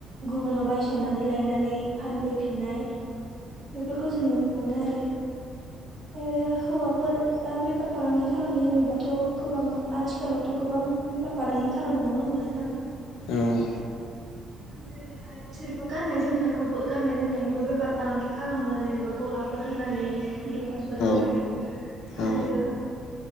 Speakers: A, on the right; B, on the left.
A: गुबुनाव बायस'नानै लायनानै फानफैफिननाय बेफोरखौ जों नुनो मोनो आरो आरो हौवाफोरा बेफार फालांगि खालामनाय होनोब्लाथ' गोबां आथिखालावथ' गोबां बेफार फालांगि खालामो नङा होमबा नोंथां?
B: औ।
A: जेरै बेहाय बिसोरबो गाननाय जोमनायखौबो गाननाय जोमनायनिबो बेफार फालांगि खालामो जेनेबा गलाफोर होनानै दखानफोर
B: औ
A: होनानै आरो
B: औ